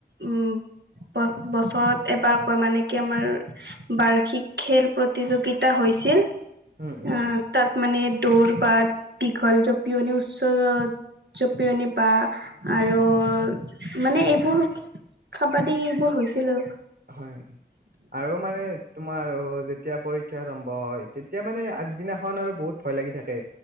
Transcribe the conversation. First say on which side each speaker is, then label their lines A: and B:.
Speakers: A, on the right; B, on the right.
A: উম- বছৰত এবাৰ কয় মানে কি আমাৰ বাৰ্ষিক খেল প্ৰতিযোগিতা হৈ- ছিল,
B: উম উম
A: আহ তাত মানে দৌৰ বা- দীখল জপিওনি উচ্চ- জপিয়নি বা আৰু মানে এইবোৰ- কাবাডী এইবোৰ হৈছিল আৰু।
B: হয় আৰু মানে- তোমাৰ যেতিয়া পৰীক্ষা আৰম্ভ হয় তেতিয়া মানে আগদিনাখন আৰু বহুত ভয় লাগি থাকে।